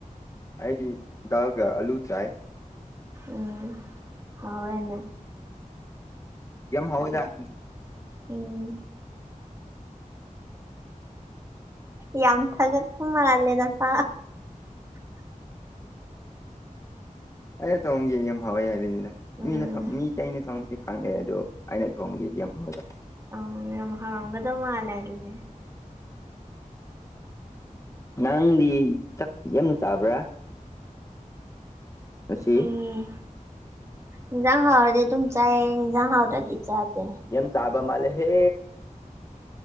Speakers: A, on the left; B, on the right.
A: ꯑꯩꯗꯤ ꯗꯥꯒ ꯑꯂꯨ ꯆꯥꯏ꯫
B: ꯎꯝ ꯍꯣꯔꯦꯟ
A: ꯌꯥꯝ ꯍꯥꯎꯏꯗ
B: ꯎꯝ ꯌꯥꯝ ꯊꯥꯒꯠꯄ ꯃꯥꯜꯂꯦ ꯅꯁꯥ
A: ꯑꯩꯅ ꯇꯧꯑꯝꯒꯦ ꯌꯥꯝ ꯍꯥꯎꯋꯦ ꯍꯥꯏꯕꯅꯤꯅ
B: ꯎꯝ
A: ꯃꯤꯅ ꯃꯤ꯫ ꯑꯇꯅ ꯊꯣꯡꯗꯤ ꯈꯪꯗꯦ ꯑꯗꯣ ꯑꯩꯅ ꯊꯣꯡꯕꯒꯤ ꯌꯥꯝ ꯍꯥꯎꯋꯦꯕ꯫
B: ꯑ ꯌꯝ ꯍꯥꯎꯒꯗ ꯃꯥꯜꯂꯦ ꯑꯗꯨꯗꯤ꯫
A: ꯅꯪꯗꯤ ꯆꯛꯇꯤ ꯌꯥꯝꯅ ꯆꯥꯕ꯭ꯔꯥ꯫ ꯑꯁꯤ
B: ꯎꯝ ꯏꯪꯖꯥꯡ ꯍꯥꯎꯔꯗꯤ ꯑꯗꯨꯝ ꯆꯥꯏ ꯏꯪꯖꯥꯡ ꯍꯥꯎꯇꯔꯗꯤ ꯆꯗꯦ꯫
A: ꯌꯝ ꯆꯥꯕ ꯃꯥꯂꯦ ꯍꯦ꯫